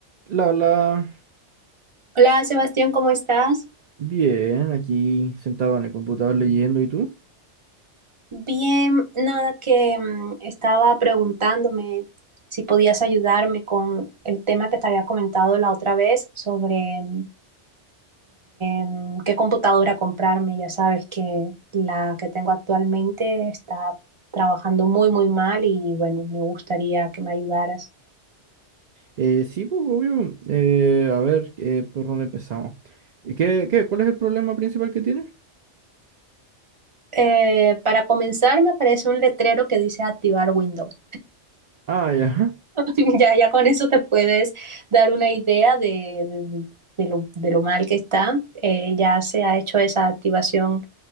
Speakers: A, on the right; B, on the right.
A: La, la,
B: Hola Sebastián, ¿cómo estás?
A: bien, aquí sentado en el computador leyendo, ¿y tú?
B: Bien, nada que mm, estaba preguntándome si podías ayudarme con el tema que te había comentado la otra vez sobre mm, em, qué computadora comprarme. Ya sabes que la que tengo actualmente está trabajando muy, muy mal y bueno, me gustaría que me ayudaras.
A: Eh, sí, pues, obvio. Eh, a ver, eh, ¿por dónde empezamos? Eh, ¿Qué, qué, cuál es el problema principal que tienes?
B: Eh, para comenzar, me aparece un letrero que dice activar Windows.
A: Ah, ya. ajá.
B: <laughs> Ya, ya con eso te puedes dar una idea de, de- de lo, de lo mal que está. Eh, ya se ha hecho esa activación